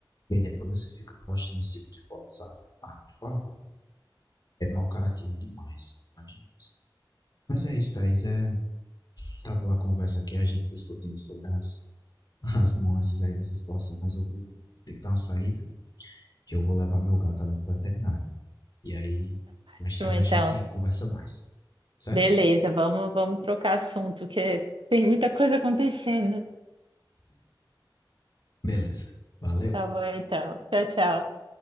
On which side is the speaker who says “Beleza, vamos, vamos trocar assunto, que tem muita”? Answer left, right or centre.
Right